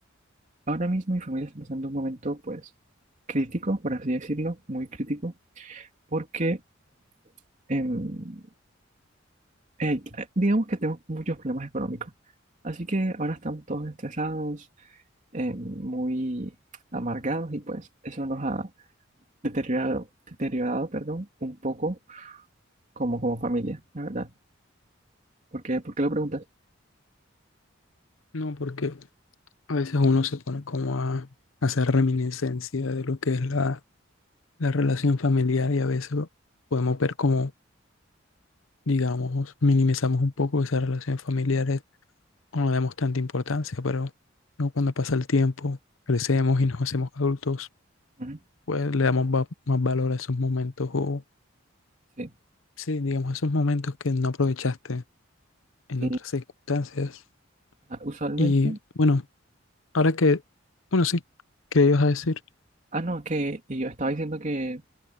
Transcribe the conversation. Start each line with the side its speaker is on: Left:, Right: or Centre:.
Right: ahora mismo mi familia está pasando un momento pues crítico, por así decirlo, muy crítico, porque em, eh, digamos que tenemos muchos problemas económicos. Así que ahora estamos todos estresados, em, muy amargados y pues eso nos ha deteriorado, deteriorado, perdón, un poco como, como familia, la verdad. ¿Por qué? ¿Por qué lo preguntas?
Left: No, porque a veces uno se pone como a, hacer reminiscencia de lo que es la, la relación familiar y a veces podemos ver como, digamos, minimizamos un poco esas relaciones familiares, no le damos tanta importancia, pero ¿no? cuando pasa el tiempo, crecemos y nos hacemos adultos,
Right: Ujú.
Left: pues le damos va- más valor a esos momentos o
Right: Sí,
Left: sí, digamos, esos momentos que no aprovechaste en
Right: sí.
Left: otras circunstancias.
Right: Ah, Usualmente,
Left: Y bueno, ahora que, bueno, sí, ¿qué ibas a decir?
Right: ah, no, que y yo estaba diciendo que